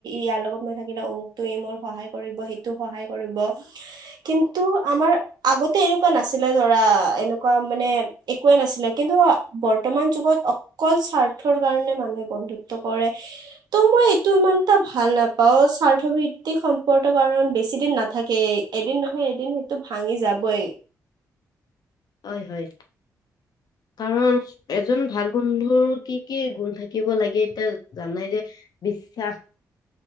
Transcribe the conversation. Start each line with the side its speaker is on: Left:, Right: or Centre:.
Right: ইয়াৰ লগত মই থাক ই ন অমুকতো ই মোৰ সহায় কৰিব সিটো সহায় কৰিব কিন্তু আমাৰ আগতে এনেকুৱা নাছিলে ধৰা এনেক কোৱা মানে একোৱে নাছিলে কিন্তু বৰ্তমান যুগত অকল স্বাৰ্থৰ কাৰণে মানুহে বন্ধুত্ব কৰে। ত মই এইটো ইমান এটা ভাল নাপাও স্বাৰ্থ ভিত্তিক সম পৰ্ত কাৰণ বেছি দিন নাথাকেই এদিন নহয় এদিন সেইটো ভাঙি যাবই।
Left: হয় হয় কাৰণ এজন ভাল বন্ধুৰ কি কি গুণ থাকিব লাগে এতিয়া জানাই যে বিশ্বাস,